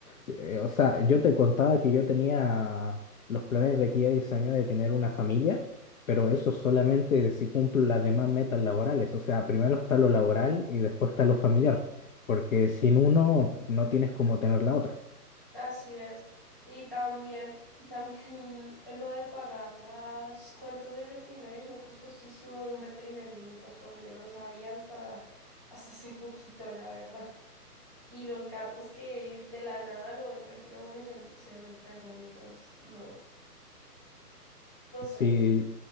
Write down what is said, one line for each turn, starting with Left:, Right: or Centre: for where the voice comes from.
Left: Eh, o sea, yo te contaba que yo tenía los planes de aquí a 10 años de tener una familia pero eso solamente si cumplo las demás metas laborales. O sea, primero está lo laboral y después está lo familiar, porque sin uno no tienes cómo tener la otra.
Centre: Así es. Y también, y también <laughs> lo de pagar las cuentas del veterinario son costosísimos. Un veterinario es muy costoso. Yo no sabía hasta, hasta hace poquito, la verdad. Y los gatos que de la nada lo ven tranquilo a uno y se, se enferman. Entonces, no, no
Left: Si,
Centre: sé.